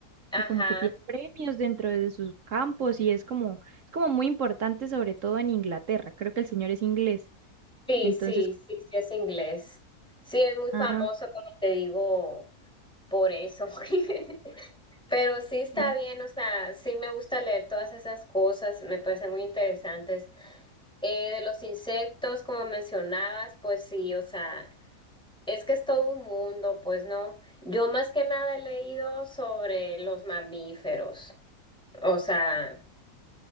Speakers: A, in the centre; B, on the right (about 55°).
A: Ajá,
B: y como que tiene premios dentro de sus campos, y es como, es como muy importante, sobre todo en Inglaterra. Creo que el señor es inglés.
A: sí,
B: Entonces,
A: sí, sí, sí es inglés. Sí, es muy
B: ah,
A: famoso, como te digo, por eso. <laughs> Pero sí está
B: Ujú.
A: bien, o sea, sí me gusta leer todas esas cosas, me parecen muy interesantes. Eh, de los insectos, como mencionabas, pues sí, o sea, es que es todo un mundo, pues no. Yo más que nada he leído sobre los mamíferos, o sea,